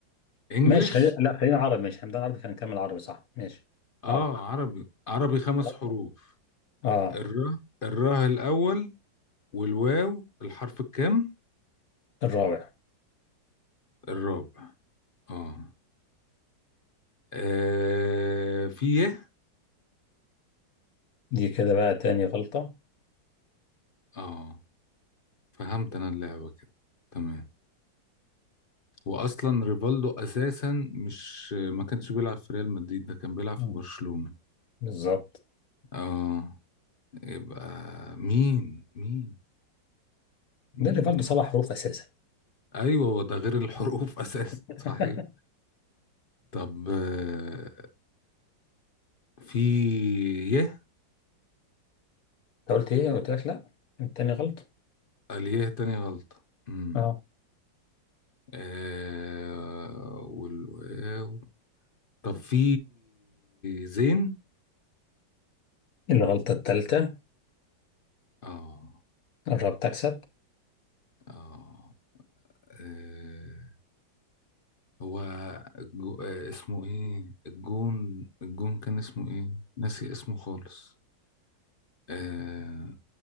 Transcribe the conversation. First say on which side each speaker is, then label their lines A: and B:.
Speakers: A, on the left; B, on the left.
A: انجلش
B: ماشي خلينا لا خلينا عربي ماشي هنبدا عربي خلينا نكمل عربي صح ماشي
A: اه
B: عربي
A: عربي عربي خمس
B: خلاص.
A: حروف
B: اه
A: الراء الراء الاول والواو الحرف الكام
B: الرابع
A: الرابع اه آه في يه
B: دي كده بقى تاني غلطه
A: اه فهمت انا اللعبة كده تمام واصلا ريفالدو اساسا مش ما كانش بيلعب في ريال مدريد ده كان بيلعب
B: مم.
A: في برشلونة
B: بالظبط
A: اه يبقى مين مين مين
B: ده اللي برضه سبع حروف اساسا
A: ايوه هو ده غير الحروف <laughs> اساسا
B: <laughs>
A: صحيح
B: انت
A: طب آه، في يه
B: قلت ايه قلت لك لا التاني غلطه
A: اليه تاني غلطة امم
B: اه
A: آه والواو طب في زين
B: الغلطه الثالثه
A: اه
B: الراب تكسب
A: اه آه، هو الجو... آه، اسمه ايه الجون الجون كان اسمه ايه ناسي اسمه خالص آه...